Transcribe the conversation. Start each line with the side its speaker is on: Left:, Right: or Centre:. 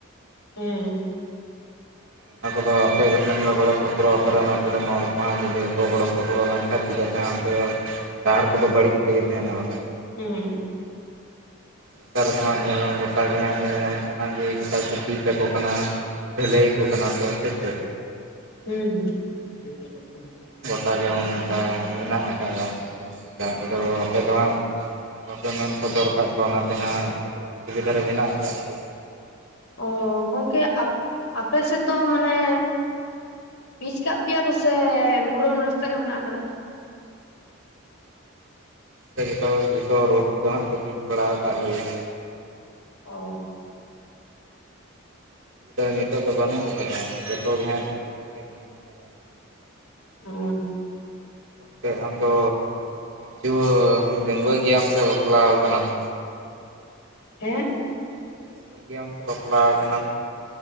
Left: ᱦᱩᱸ
Right: ᱚᱱᱟ ᱠᱚᱫᱚ ᱟᱯᱮ ᱠᱚᱴᱷᱮᱱ ᱫᱚ ᱜᱚᱲᱚ ᱥᱚᱯᱚᱨᱚᱜ ᱟᱯᱮ ᱨᱮᱱ ᱟᱹᱛᱩ ᱨᱮᱱ ᱦᱚᱲ ᱠᱚ ᱦᱟᱸᱜ ᱡᱩᱫᱤ ᱵᱟᱠᱚ ᱜᱚᱲᱚ ᱥᱚᱯᱚᱲᱚ ᱞᱮᱱᱠᱷᱟᱡ ᱾ ᱪᱤᱠᱟᱛᱮ ᱚᱱᱛᱮ ᱫᱚ ᱰᱟᱦᱟᱨ ᱠᱚᱫᱚ ᱵᱟᱹᱲᱤᱡ ᱛᱮᱜᱮ ᱛᱟᱦᱮᱱᱟ ᱵᱟᱠᱷᱟᱡ
Left: ᱦᱩᱸ
Right: ᱱᱮᱛᱟᱨ ᱫᱚ ᱦᱟᱸᱜ ᱧᱮᱞ ᱜᱚᱴᱟ ᱜᱮ ᱦᱟᱸᱜ ᱧᱮᱞ ᱧᱟᱢᱚᱜ ᱠᱟᱱᱟ ᱡᱮ ᱜᱚᱴᱟ ᱠᱚᱯᱤᱡ ᱛᱟᱠᱚ ᱠᱟᱱᱟ ᱾ ᱰᱷᱟᱹᱞᱟᱹᱭ ᱟᱠᱚ ᱠᱟᱱᱟ ᱠᱚ ᱥᱮ ᱪᱮᱫ
Left: ᱦᱩᱸ ᱦᱩᱸ
Right: ᱚᱱᱠᱟ ᱜᱮ ᱚᱱᱠᱟ ᱢᱮᱱᱟᱜ ᱟᱠᱟᱜ ᱡᱮᱢᱚᱱ ᱟᱯᱮ ᱫᱚ ᱦᱟᱸᱜ ᱵᱟᱯᱮ ᱢᱮᱱ ᱥᱚᱫᱚᱨ ᱠᱟᱫ ᱠᱚᱣᱟ ᱚᱱᱟ ᱛᱮᱦᱟᱸᱜ ᱠᱟᱹᱴᱤᱡ ᱚᱥᱩᱵᱤᱫᱷᱟ ᱨᱮ ᱢᱮᱱᱟᱜ ᱟᱠᱟᱫ ᱯᱮᱭᱟ ᱾
Left: ᱚ ᱜᱚᱝᱠᱮ ᱟᱯ ᱟᱯᱮ ᱥᱮᱫ ᱫᱚ ᱢᱟᱱᱮ ᱯᱤᱪ ᱠᱟᱜ ᱯᱮᱭᱟ ᱠᱚᱥᱮ ᱢᱩᱨᱟᱢ ᱨᱟᱥᱛᱟ ᱜᱮ ᱢᱮᱱᱟᱜ ᱟᱠᱟᱫᱟ᱾
Right: ᱥᱮ ᱡᱤᱛᱟᱹᱣ ᱡᱚᱛᱚ ᱨᱳᱰ ᱠᱚᱫᱚ ᱦᱟᱸᱜ ᱠᱚ ᱵᱤᱡ ᱵᱟᱲᱟ ᱠᱟᱜ ᱞᱮᱭᱟ ᱾
Left: ᱚ
Right: <inaudible> ᱱᱤᱛᱚᱜ ᱫᱚ ᱵᱟᱹᱱᱩᱜ ᱟᱠᱟᱫᱟ ᱡᱚᱛᱚ ᱜᱮ ᱦᱟᱸᱜ ᱴᱷᱤᱠ ᱴᱷᱟᱠ ᱜᱮ ᱫᱚ
Left: ᱦᱩᱸ
Right: ᱛᱮ ᱟᱢᱫᱚ ᱨᱩᱣᱟᱹ ᱰᱟᱜᱩᱣᱟᱹ ᱜᱮᱭᱟᱢ ᱥᱮ ᱵᱟᱯᱞᱟ ᱠᱟᱱᱟᱢ ᱾
Left: ᱦᱮᱸ
Right: ᱰᱟᱜᱩᱣᱟᱹ ᱜᱮᱭᱟᱢ ᱥᱮ ᱵᱟᱯᱞᱟ ᱠᱟᱱᱟᱢ